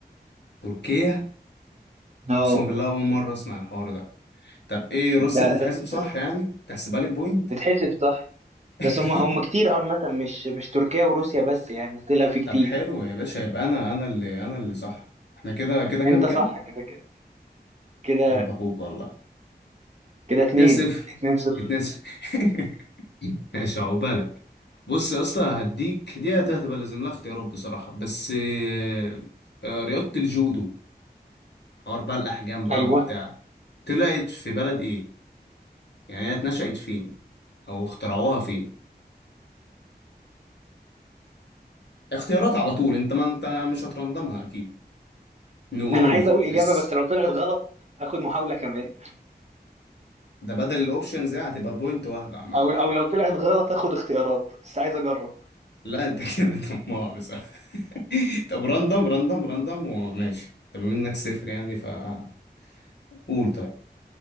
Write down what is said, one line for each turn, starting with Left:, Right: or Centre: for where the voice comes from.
Left: تركيا
Right: اه
Left: اقسم بالله اول مره اسمع الحوار ده طب ايه روسيا
Right: ده
Left: تتحسب
Right: ده-
Left: صح
Right: ده
Left: يعني تحسبها لي بوينت
Right: تتحسب صح
Left: <laughs>
Right: بس هم هم كتير آه، عامة مش مش تركيا وروسيا بس يعني طلع في كتير
Left: طب حلو يا باشا يبقى انا انا اللي انا اللي صح احنا كده كده كام
Right: أنت
Left: كام
Right: صح كده كده كده
Left: قلب اخوك والله
Right: كده اتنين
Left: 2 0
Right: اتنين صفر
Left: 2 0 <laughs> ماشي عقبالك بص يا اسطى هديك دي هتبقى لازم لها اختيارات بصراحة بس آه، آه، رياضة الجودو حوار بقى الأحجام بقى
Right: أيوه
Left: وبتاع طلعت في بلد إيه؟ يعني هي اتنشأت فين؟ أو اخترعوها فين؟ اختيارات على طول أنت ما أنت مش هترندمها أكيد نقول
Right: أنا عايز أقول إجابة
Left: اس
Right: بس لو طلعت غلط آخد محاولة كمان
Left: ده بدل الأوبشنز دي هتبقى بوينت واحدة عامة
Right: او او لو طلعت غلط اخد اختيارات بس عايز اجرب
Left: لا انت <laughs> كده طماع بصراحة <laughs> طب راندم راندم راندم وماشي طب منك صفر يعني فقول طيب